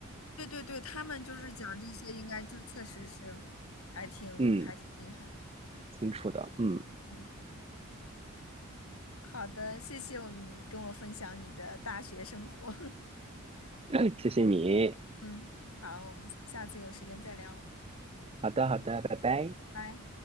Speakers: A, on the left; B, on the right.
A: 对对对，他们就是讲这些，应该就确实是还挺还挺厉害的
B: 嗯，清楚的，嗯，
A: 嗯，好的，谢谢你跟我分享你的大学生活。<laughs>
B: <coughs> <laughs> 谢谢你，
A: 嗯，好，我们下次有时间再聊，
B: 好的好的，拜拜。
A: 拜。